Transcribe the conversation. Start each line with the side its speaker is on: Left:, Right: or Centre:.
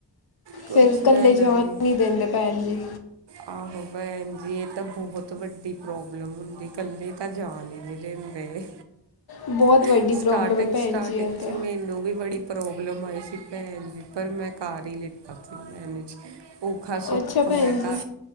Right: ਕੁਛ
Left: ਫਿਰ ਇਕੱਲੇ
Right: ਲੈਣਾ
Left: ਜਾਣ
Right: ਨੇ,
Left: ਨਹੀਂ ਦਿੰਦੇ ਭੈਣ ਜੀ
Right: ਆਹੋ ਭੈਣ ਜੀ ਇਹ ਤਾਂ ਬਹੁਤ ਵੱਡੀ ਪ੍ਰੋਬਲਮ ਹੁੰਦੀ ਇਕੱਲੇ ਤਾਂ ਜਾ ਨਹੀਂ ਨੇ
Left: ਬਹੁਤ
Right: <unintelligible>
Left: ਵੱਡੀ ਪ੍ਰੋਬਲਮ
Right: ਸਟਾਰਟਿੰਗ
Left: ਹੈ ਭੈਣ
Right: ਸਟਾਰਟਿੰਗ
Left: ਜੀ ਇਹ ਤਾਂ
Right: ਸੀ ਮੈਨੂੰ ਵੀ ਬੜੀ ਪ੍ਰੋਬਲਮ ਆਈ ਸੀ <unintelligible> ਮੈਂ <unintelligible> ਮੇਨੇਜ ਔਖਾ ਸੌਖਾ
Left: ਅੱਛਾ ਭੈਣ
Right: ਮੈਂ
Left: ਜੀ
Right: ਕਰ